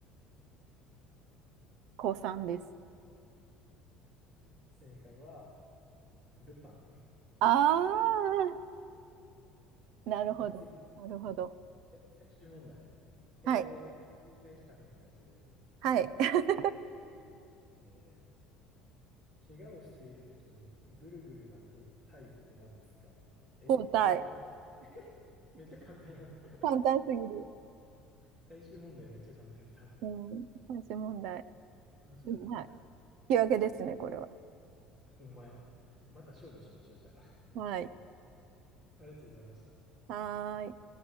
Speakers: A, on the right (about 60°); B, on the right (about 15°).
A: 高3です。
B: 正解は、ルパン。<laughs>
A: ああ、なるほど。
B: じゃあ次、
A: なるほど。
B: 最終問題。これ、
A: はい。
B: 正解した方の勝ちで。
A: はい。<laughs>
B: えー怪我をしているときにぐるぐる巻く体って何ですかえ包帯
A: 交代。
B: <laughs> めっちゃ簡単やん。<laughs>
A: 簡単すぎる。
B: 最終問題めっちゃ簡単やった。
A: うん。最終問題。
B: 楽しかった。
A: うんはい。引き分けですね、これは。
B: ほんまや。また勝負しましょう、じゃあ。
A: はい。
B: ありがとうございました。
A: はーい。